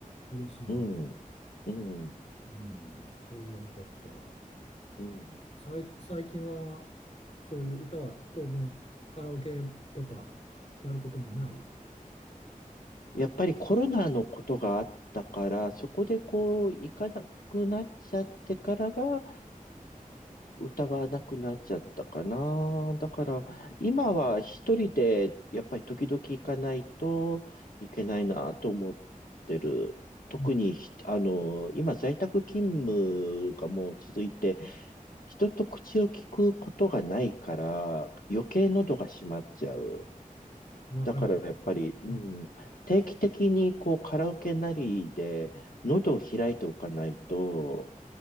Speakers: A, on the left; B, on the left.
A: 嬉しいな。
B: ん。うん。
A: うん、それは良かった。
B: うん。
A: さい、最近はそういう歌は当分カラオケとかやることもない。
B: やっぱりコロナのことがあったから、そこでこう、行かなくなっちゃってからが、歌がなくなっちゃったかな。だから、今は一人で、やっぱり時々行かないといけないなと思ってる。特にひ、
A: うん
B: あの、今在宅勤務がもう続いて、人と口を聞くことがないから、余計喉が閉まっちゃう。
A: わかり
B: だからやっぱり、うん、
A: ます。
B: 定期的にこうカラオケなりで喉を開いておかないと、